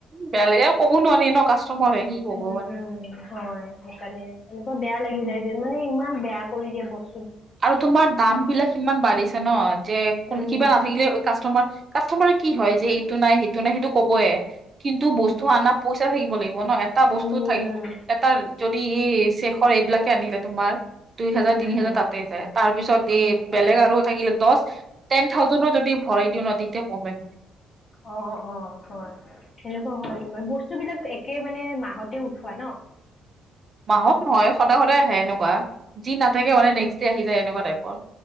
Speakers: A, on the right; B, on the left.
A: বেয়া লাগে আৰু ক'ব নোৱাৰি ন কাষ্টমাৰ হয়। কি কব
B: উম
A: পাৰি
B: উম হয় সেইকাৰণে এনেকুৱা বেয়া লাগি
A: উম
B: যায় যে মানে ইমান বেয়া কৰি দিয়ে বচ
A: আৰু তোমাৰ দামবিলাক ইমান বাঢ়িছে ন যে কোন
B: উম
A: কিবা নাথাকিলে কাষ্টমাৰ কাষ্টমাৰে কি হয় যে এইটো নাই সেইটো নাই সেইটো কবয়ে। কিন্তু
B: উম
A: বস্তু আনা পইচা থাকিব লাগিব ন। এটা বস্তু
B: উম
A: থাক
B: উম
A: এটা যদি ই শেখৰ এইবিলাকে আনিলে তোমাৰ দুই হাজাৰ,
B: উম
A: তিনি হাজাৰ
B: উম
A: তাত তে যাই তাৰ পিছত
B: উম
A: এ
B: উম
A: বেলেগ আৰু থাকিলে দছ টেন থাউজেন্দো যদি ভৰাই দিও ন তেতিয়া কমে
B: অ, অ হয়। সেনেকুৱা হয় তোমাৰ। বস্তু বিলাক একে মানে মাহতে উঠোৱা ন?
A: মাহত নহয়। সদায় সদায় আহে এনেকুৱা, যি নাথাকে
B: অ
A: মানে নেক্সট ডে আহি যায় এনেকুৱা টাইপৰ।